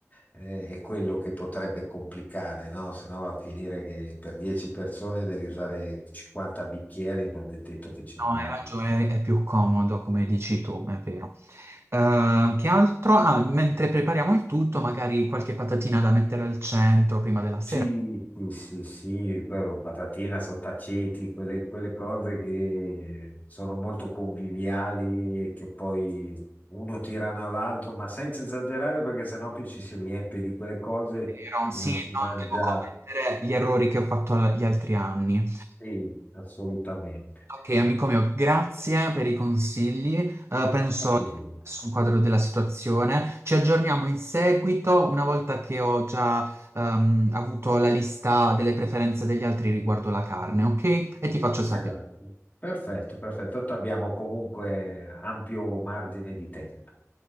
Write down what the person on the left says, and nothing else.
eh, è quello che potrebbe complicare, no? Se no va a finire che per 10 persone devi usare 50 bicchieri, non è detto che ce li
hai.
eh.
Sì, sì, sì, sì, poi patatina, sottaceti, quelle, quelle cose che sono molto conviviali e che poi uno tirano l'altro, ma senza esagerare perché sennò poi ci si riempie di quelle cose
e
non
si mangia.
Sì, assolutamente.
Sì,
Esatto.
Perfetto, perfetto. Tanto abbiamo comunque ampio margine di tempo.